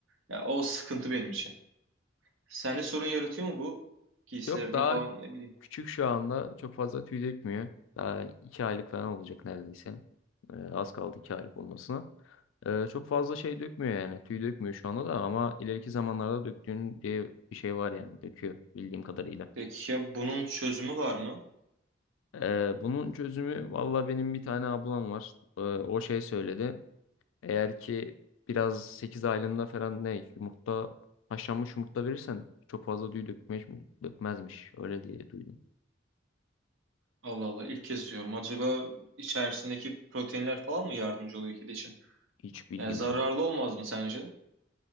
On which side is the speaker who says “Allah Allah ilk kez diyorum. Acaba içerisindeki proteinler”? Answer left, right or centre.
Right